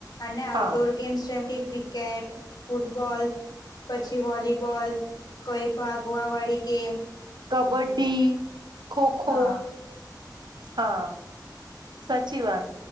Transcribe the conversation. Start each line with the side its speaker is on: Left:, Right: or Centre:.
Left: અને આઉટડોર
Right: હા
Left: ગેમ્સ જેમ કે ક્રિક ક્રિકેટ ફૂટબોલ પછી વોલીબોલ કઈ ભાગવા વાળી ગેમ
Right: કબડ્ડી, ખોખો
Left: હા
Right: હા. સાચી વાત